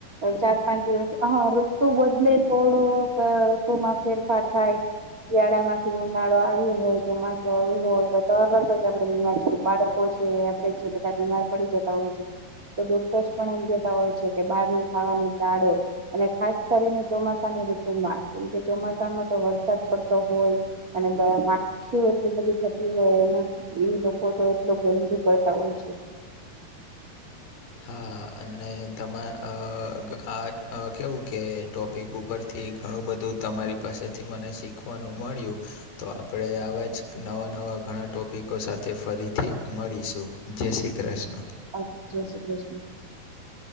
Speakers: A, on the right (about 40°); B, on the left (about 75°).
A: અ ચાર પાંચ દિવસ હ ઋતુ બદલે થોડુંક ઋતુમાં ફેરફાર થાય શિયાળા માંથી ઉનાળો આવ્યો હોય ચોમાસું આવ્યું હોય તો તરત જ આપડે બાળક તો છે આપડે છે બધા બીમાર પડી જતા હોય છે. તો ડોક્ટર્સ પણ એમ કેતા હોય છે કે બહાર નું ખાવાનું ટાળો. અને ખાસ કરીને ચોમાસાની ઋતુમાં કેમ કે ચોમાસામાં તો વરસાદ પડતો હોય અને દવામાં ખીઓ એટલી બધી થતી હોય ને એ લોકો તો એટલું ગંદુ કરતા હોય છે.
B: હા અને તમા અ આ અ કેવું કે ટોપિક ઉપર થી ઘણું બધું તમારી પાસેથી મને શીખવાનું મળ્યું. તો આપડે આવા જ નવા નવા ઘણા ટોપિકો સાથે ફરીથી મળીશું. જય શ્રી ક્રશ્ર્ન.
A: અહ જય શ્રી ક્રષ્ન.